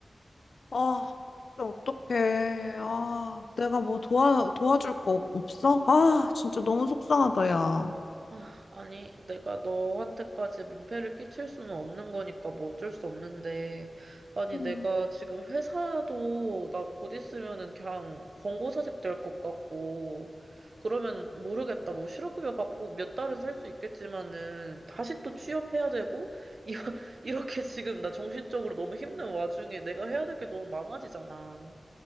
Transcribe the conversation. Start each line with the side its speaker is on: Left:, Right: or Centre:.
Left: 아, 진짜 어떡해. 아, 내가 뭐 도와, 도와줄 거 없- 없어? 아, 진짜 너무 속상하다, 야.
Right: 아, 아니, 내가 너한테까지 민폐를 끼칠 수는 없는 거니까 뭐 어쩔 수 없는데. 아니,
Left: 음,
Right: 내가 지금 회사도 나 곧 있으면은 그냥 권고사직 될 것 같고, 그러면 모르겠다. 뭐 실업급여 받고 몇 달은 살 수 있겠지만은 다시 또 취업해야 되고, 이- <laughs> 이렇게 지금 나 정신적으로 너무 힘든 와중에 내가 해야 될 게 너무 많아지잖아.